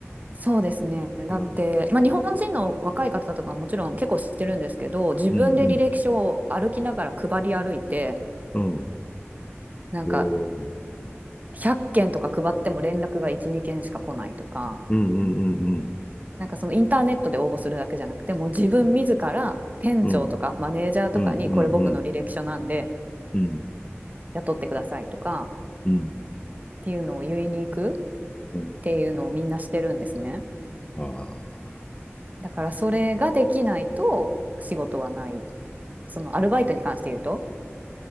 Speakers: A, on the right (about 35°); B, on the left (about 20°).
A: そうですね。
B: うん。
A: だって、まあ、日本人の若い方とかももちろん結構知ってるんですけど、自分で履歴書を歩きながら配り歩いて、
B: うんうんうん。うん。
A: なんか
B: おー。
A: 100件とか配っても連絡が1、2件しか来ないとか、
B: うんうんうんうん。
A: なんかそのインターネットで応募するだけじゃなくて、もう自分自ら店長とかマネージャーとかに、
B: うんうんうんうん
A: これ僕の履歴書なんで
B: うん
A: 雇ってくださいとかっ
B: うん。
A: ていうのを言いに行くっ
B: うん。
A: ていうのをみんなしてるんですね。
B: ああ。
A: だからそれができないと仕事はない。そのアルバイトに関して言うと、